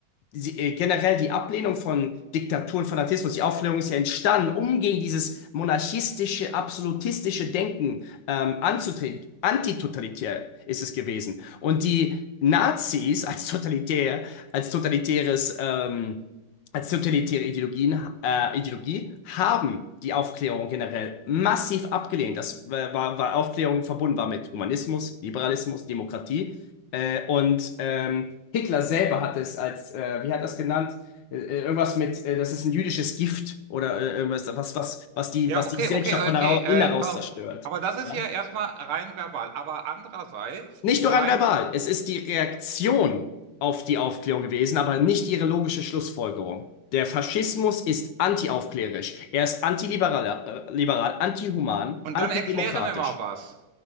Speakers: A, on the left; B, on the right.
A: sie, äh, generell die Ablehnung von Diktatur und Fanatismus, die Aufklärung ist ja entstanden, um gegen dieses monarchistische, absolutistische Denken ähm, anzutreten. Antitotalitär ist es gewesen. Und die Nazis als totalitär, als totalitäres, ähm, als totalitäre Ideologien, äh, Ideologie haben die Aufklärung generell massiv abgelehnt. Das äh, war, war Aufklärung verbunden war mit Humanismus, Liberalismus, Demokratie. Äh, und ähm, Hitler selber hat es als, äh, wie hat er es genannt? Äh, äh, irgendwas mit, äh, das ist ein jüdisches Gift oder äh, irgendwas, was, was, was die,
B: Ja,
A: was
B: okay,
A: die Gesellschaft
B: okay, okay.
A: von hera-
B: Äh,
A: innen heraus
B: pass
A: zerstört.
B: auf. Aber das ist
A: Ja.
B: ja erstmal rein verbal. Aber andererseits,
A: Nicht
B: ich
A: nur
B: meine,
A: rein verbal, es ist die Reaktion auf die Aufklärung gewesen, aber nicht ihre logische Schlussfolgerung. Der Faschismus ist antiaufklärisch. Er ist antiliberal, äh, liberal, antihuman,
B: und
A: antidemokratisch.
B: dann erkläre mir mal was.